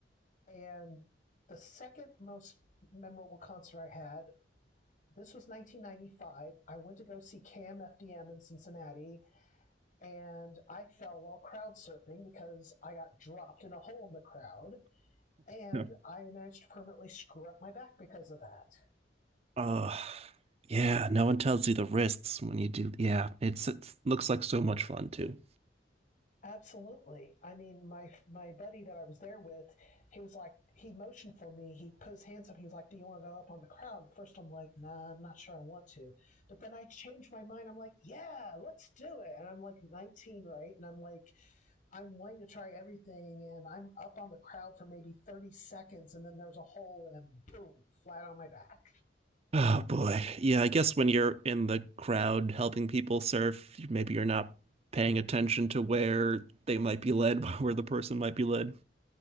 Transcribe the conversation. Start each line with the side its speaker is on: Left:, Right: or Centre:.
Left: And the second most memorable concert I had. This was 1995. I went to go see Cam FDM in Cincinnati and I fell while crowd surfing because I got dropped in a hole in the crowd, and
Right: Yeah.
Left: I managed to permanently screw up my back because of that.
Right: Oh, yeah. No one tells you the risks when you do. Yeah, it's it looks like so much fun too.
Left: Absolutely. I mean, my my buddy that I was there with, he was like, he motioned for me. He put his hands up. He was like, "Do you want to go up on the crowd?" First, I'm like, "Nah, I'm not sure I want to." But then I changed my mind. I'm like, "Yeah, let's do it." And I'm like 19, right? And I'm like, I'm wanting to try everything and I'm up on the crowd for maybe 30 seconds and then there's a hole and boom, flat on my back.
Right: Oh boy. Yeah, I guess when you're in the crowd helping people surf, maybe you're not paying attention to where they might be led, <laughs> where the person might be led.